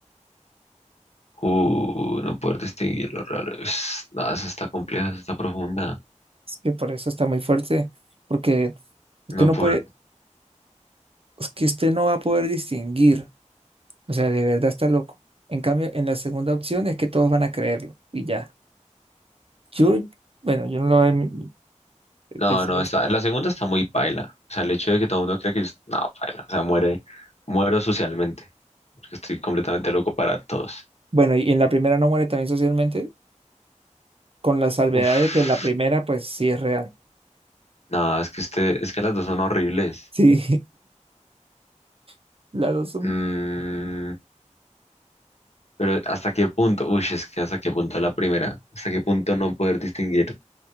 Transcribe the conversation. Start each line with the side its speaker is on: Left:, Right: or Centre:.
Left: uh, no poder distinguir los raros. No, esa está compleja, esa está profunda.
Right: Es que por eso está muy fuerte, porque usted
Left: No
Right: no
Left: poder.
Right: puede, es que usted no va a poder distinguir, o sea, de verdad está loco. En cambio, en la segunda opción es que todos van a creerlo y ya. Yo, bueno, yo no lo voy a
Left: No,
Right: decir
Left: no,
Right: a usted.
Left: está. La segunda está muy paila. O sea, el hecho de que todo el mundo cree que yo. No, paila. O sea, muere. Muero socialmente. Porque estoy completamente loco para todos.
Right: Bueno, y en la primera no muere también socialmente, con la salvedad
Left: Uf.
Right: de que en la primera, pues sí es real.
Left: No, es que este, es que las dos son horribles.
Right: Sí, <laughs> las dos son.
Left: Mm, Pero ¿hasta qué punto? Uy, es que hasta qué punto la primera. ¿Hasta qué punto no poder distinguir?